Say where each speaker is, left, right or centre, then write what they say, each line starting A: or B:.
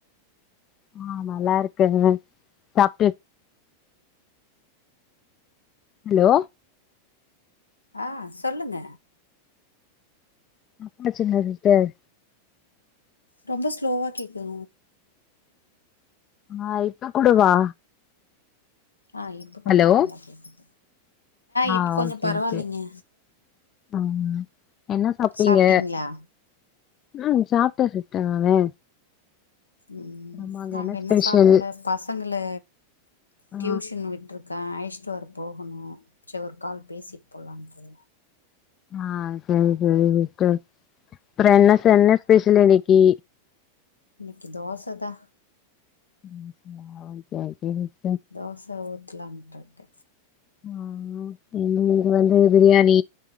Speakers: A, on the left; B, on the left.
A: ஆ நல்லா இருக்கங்க சாப்ட்டு ஹலோ
B: ஆ சொல்லுங்க
A: சாப்டாச்சுங்ளா சிஸ்டர்
B: ரொம்ப ஸ்லோவா கேக்குது
A: அ இப்ப கூடவா
B: அ இப்ப கொஞ்ச
A: ஹலோ
B: நல்லா கேக்குது
A: ஆ
B: இப்போ கொஞ்சோ
A: ஓகே
B: பரவாயில்லைங்க
A: ஓகே உம் என்ன சாப்ட்டீங்க
B: சாப்ட்டீங்களா
A: அ சாப்ட்ட சிஸ்டர் நானு
B: ம்
A: ஆமா அங்க
B: நாங்க
A: என்ன
B: இன்னு
A: ஸ்பெஷல்
B: சாப்ட்ல பசங்க இல்ல
A: ஆ
B: டியூஷன் விட்டுரு அக்கா அய்ச்சுட்டு வர போகணு சேர் ஒரு கால் பேசிட்டு போலான்ட்டு
A: அ சேரி சேரி சிஸ்டர் அப்புறோ
B: ஆ
A: என்ன சன்ன ஸ்பெஷல் இன்னக்கி
B: இன்னிக்கு தோசதா
A: தோசயா ஓகே ஓகேங்க
B: தோச ஊத்துலான்ட்டு இருக்க
A: அ இன்னும் இங்க வந்து பிரியாணி